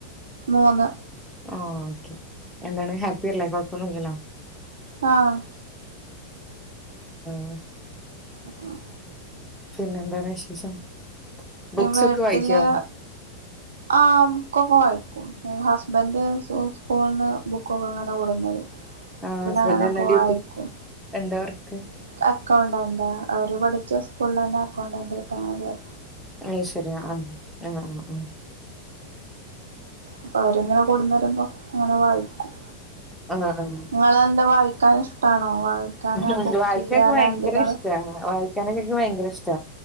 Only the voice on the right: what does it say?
മൂന്ന്
ആഹ
എട്ടണ
പി
വീട്ടില്
ആഹമുക്കൊ പോയി ബും ഹസ്ബൻഡ് സ്കൂളിൽ നിന്ന് ബുക്കൊക്കെ അങ്ങനെ കൊടുന്നരു
പിന്നെ
അങ്ങനൊക്കെ
വായിക്കും
അക്കൗണ്ട് എന്താ അവര് പഠിച്ച സ്കൂളിൽ തന്നെ അക്കൗണ്ട് എന്ത കിട്ട
അപ്പൊ അവരെങ്ങനെ കൊടുന്ന് വരുമ്പോ അങ്ങനെ വായിക്കും
നിങ്ങെന്താ വായിക്കാൻ ഇഷ്ടാണോ വായിക്കാനാ
കുക്ക്
ചെയ്യാനാ
എന്തിനാണ്